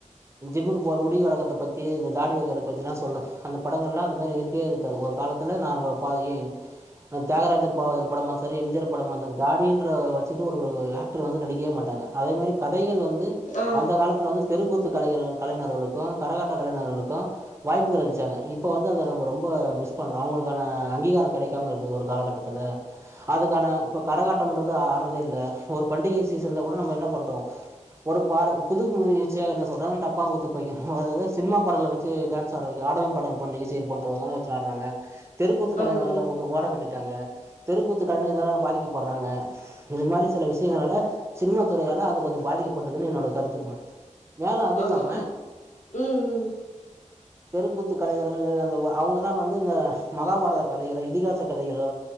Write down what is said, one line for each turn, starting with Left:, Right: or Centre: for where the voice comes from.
Right: ஜிம்முக்கு போற முடி வளக்கறத்த பத்தி இந்த தாடி வெக்கற பத்திலா சொல்ற அந்த படங்கள்ல்லா அது மாரி இருக்கவே இருக்காது ஒரு காலத்துல நா வ பா ஏ தியாகராஜர் பாகாவதரு படம்மா செரி எம் ஜி ஆர் படமா அந்த தாடின்ற வெச்சிட்டு ஒரு ஆக்டர் வந்து நடிக்கவே மாட்டாங்க அதேமாரி கதைகள் வந்து
Left: ஆமா ஆமா ம் ஆ
Right: அந்த காலத்துல வந்து தெருக்கூத்து கலைஞரு கலைஞர்களுக்கு கரகாட்ட கலைஞர்களுக்கு வாய்ப்புகள் அளிச்சாங்க இப்போ வந்து அத நம்ம ரொம்ப மிஸ் பண்றோ அவுங்களுக்கான அ அங்கீகாரம் கெடைக்காம இருக்குது ஒரு காலக்கட்டத்தில அதுக்கான இப்போ கரகாட்டம்ன்றது ஆ ஆடுறதே இல்ல ஒரு பண்டிகை சீசன்ல கூட நம்ம என்ன பண்றோ ஒரு பாட புது புதுச்சியா என்ன சொல்றே டப்பாங்குத்து பையே அதாவ்து சினிமா பாடல்ல வெச் சு டேன்ஸ் ஆட வெக்கிறா ஆடலும் பாடலும் பொன் நிகழ்ச்சியில் போன்ற ஆள வெச்சு ஆட்றாங்க தெருகூத்து கலைஞர்கள்லா
Left: ஆமா ஆமா
Right: ஓரங்கட்டிட்டாங்க தெருக்கூத்துகள் கலைஞர்கள்லா இதலா பாதிக்கப்பட்றாங்க இது மாரி சில விஷயங்களால சினிமா துறையால அது கொஞ்சோ பாதிக்கப்பட்டதுன்னு என்னோட கருத்துமா மேலு அது
Left: ஆமா
Right: இல்லாம
Left: அம் ம் ம்
Right: தெருக்கூத்து கலைஞர்கள் அந்த அவுங்கதா வந்து இந்த மகாபாரத கதைகளோ இதிகாச கதைகளோ